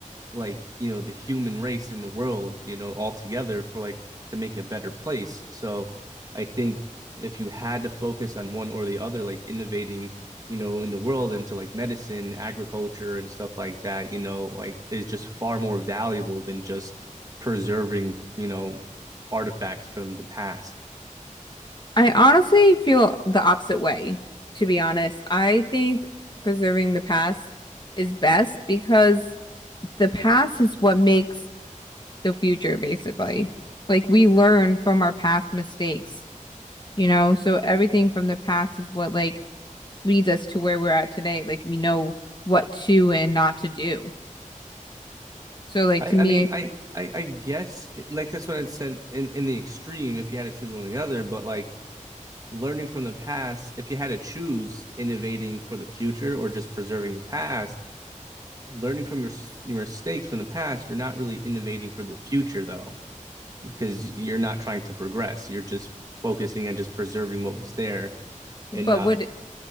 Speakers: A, on the right (about 25°); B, on the left (about 35°).
A: like you know the human race in the world you know all together for like to make a better place so i think if you had to focus on one or the other like innovating you know in the world into like medicine agriculture and stuff like that you know like is just far more valuable than just preserving you know artifacts from the past
B: I honestly feel the opposite way, to be honest. I think preserving the past is best because the past is what makes the future, basically. Like we learn from our past mistakes, you know? So everything from the past is what like leads us to where we're at today. Like we know what to and not to do. So like
A: i
B: to me,
A: i mean i i, I guess like that's what it said in in the extreme if you had to choose one or the other but like learning from the past, if you had to choose innovating for the future or just preserving the past, learning from your your mistakes from the past, you're not really innovating for the future though, because you're not trying to progress. You're just focusing on just preserving what was there
B: But
A: and not.
B: would